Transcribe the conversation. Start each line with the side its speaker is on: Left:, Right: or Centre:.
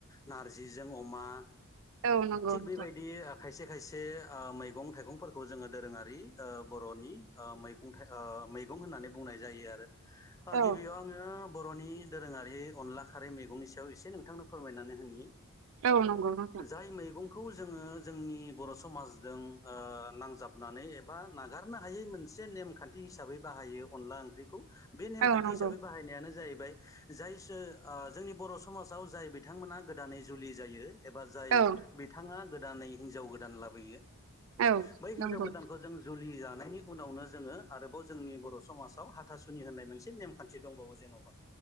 Left: नारजिजों अमा।
Right: औ नंगौ
Left: थिग
Right: नोंथां।
Left: बेबायदि ओ खायसे खायसे ओ मैगं थाइगंफोरखौ जोङो दोरोङारि ओ बर'नि ओ मैगं था ओ मैगं होननानै बुंनाय जायो आरो ओ
Right: औ
Left: गिबियाव आङो बर'नि दोरोङारि अनला खारै मैगंनि सायाव एसे नोंथांनो फोरमायनानै होनि
Right: औ नंगौ। नोंथां
Left: जाय मैगं खौ जोङो जोंनि बर' समाजजों ओ नांजाबनानै एबा नागारनो हायै मोन मोनसे नेमखान्थि हिसाबै बाहायो अनला ओंख्रिखौ बे नेमखान्थि
Right: औ नंगौ
Left: हिसाबै बाहायनायानो जाहैबाय बाय जाय सो ओ जोंनि बर' समाजाव जाय बिथांमोना गोदानै जुलि जायो एबा जाय
Right: औ
Left: बिथाङा गोदानै हिनजाव गोदान लाबोयो
Right: औ
Left: बै हिनजाव
Right: नंगौ
Left: गोदानखौ जों जुलि जानायनि उनावनो जोङो आरोबाव जोंनि बर' समाजाव हाथासुनि होननाय मोनसे नेमखान्थि दंबावो जेन'बा